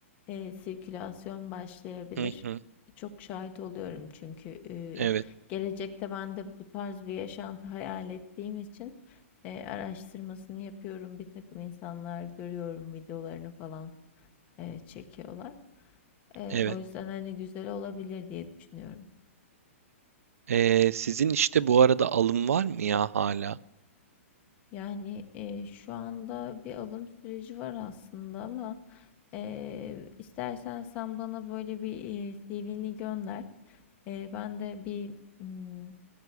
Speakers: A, on the left; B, on the right.
A: eee, sirkülasyon başlayabilir.
B: Hı hı.
A: Çok şahit oluyorum çünkü eee,
B: Evet.
A: gelecekte ben de bu tarz bir yaşantı hayal ettiğim için eee, araştırmasını yapıyorum. Bir takım insanlar görüyorum videolarını falan eee, çekiyorlar. Eee,
B: Evet.
A: o yüzden hani güzel olabilir diye düşünüyorum.
B: Ee, sizin işte bu arada alım var mı ya hala?
A: Yani e, şu anda bir alım süreci var aslında ama e, istersen sen bana böyle bir e, CV'ni gönder. E, ben de bir mm,